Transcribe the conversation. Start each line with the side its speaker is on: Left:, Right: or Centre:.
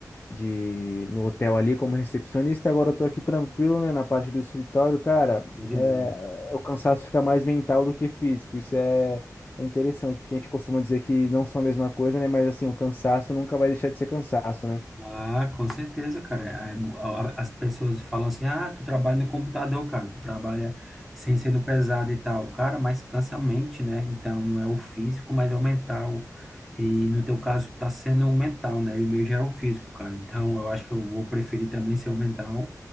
Left: de no hotel ali como recepcionista. Agora eu tô aqui tranquilo, né, na parte do escritório, cara.
Centre: É de
Left: É,
Centre: boa.
Left: é- o cansaço fica mais mental do que físico. Isso é, é interessante, porque a gente costuma dizer que não são a mesma coisa, né? Mas assim, o cansaço nunca vai deixar de ser cansaço, né?
Centre: Ah, com certeza, cara. É, mu- a- a- As pessoas falam assim: ah, tu trabalha no computador, cara, tu trabalha sem sendo pesado e tal. Cara, mas cansa a mente, né? Então não é o físico, mas é o mental. E no teu caso tá sendo o mental, né? E o meu já é o físico, cara. Então eu acho que eu vou preferir também ser o mental